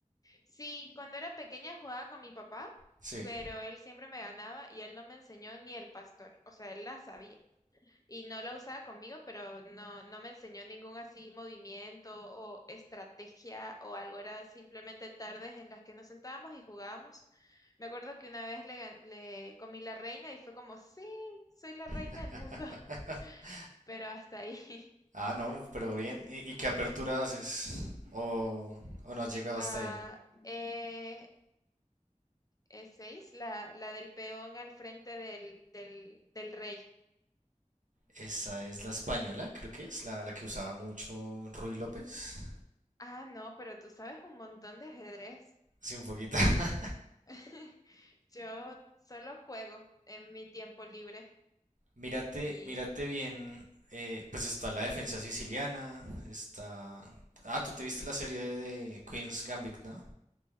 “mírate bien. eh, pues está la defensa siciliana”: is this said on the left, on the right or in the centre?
Right